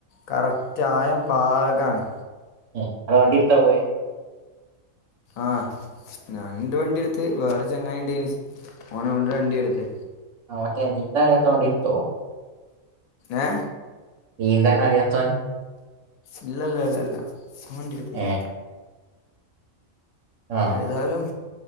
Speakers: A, on the left; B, on the right.
A: കറക്റ്റായം പാഗാണെ
B: ഏ നിങ്ങള് വണ്ടിയെടുത്ത പോയെ
A: ആഹ് ഞണ്ട് വണ്ടി എടുത്ത് വേറെ ചങ്ങായി ഉണ്ടായിന് ശ് ഓന് ഓന്റെ വണ്ടിയ എടുത്തേ
B: ആ ഓക്കെ നി ഇപ്പൊ അതിനെ തോണ്ടി എടുത്തോ
A: ഏ
B: നീന്താൻ അറിയാത്തവൻ
A: ഇല്ലല്ലല്ലാ വണ്ടിയെടുത്തില്ല
B: ഏ ആ
A: ഏതായാലും